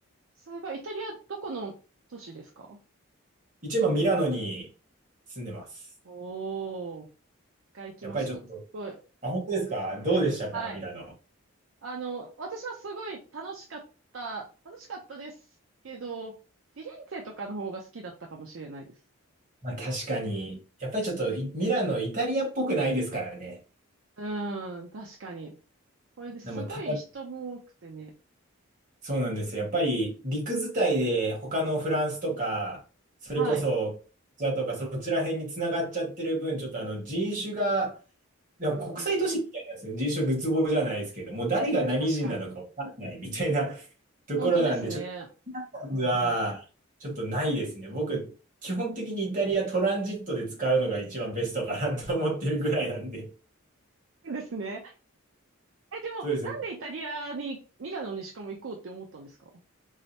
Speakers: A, on the right (about 65°); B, on the right (about 35°).
A: すごい。イタリアどこの都市ですか
B: 一応今、ミラノに住んでます。
A: おー。が行きました。
B: やっぱりちょっと、
A: すごい。
B: あ、本当ですかどうでしたかミラノ。
A: はい。あの、私はすごい楽しかった、楽しかったですけど、フィレンツェとかの方が好きだったかもしれないです。
B: まあ、確かに。やっぱりちょっと、いミラノ、イタリアっぽくないですからね。
A: うーん、確かに。これですごい人も多くてね。
B: でも、ただ、そうなんですよ。やっぱり、陸伝いで、他のフランスとか、それこそ、
A: はい。
B: こちらとか、そちら辺に繋がっちゃってる分、ちょっとあの、人種が、なんか国際都市みたいなんですよね。
A: うんうん。
B: 人種るつぼじゃないですけど、もう誰が何人なのかわからないみたいな。
A: 確かに。
B: ところなんで、
A: 本当ですね。
B: ちょっ
A: うんう
B: とは、ちょっとないですね。僕、基本的にイタリアトランジットで使うのが一番ベストかなと思ってるぐらいなんで。
A: ん。ですね。え、でも、
B: そうですね。
A: なんでイタリアに、ミラノにしかも行こうって思ったんですか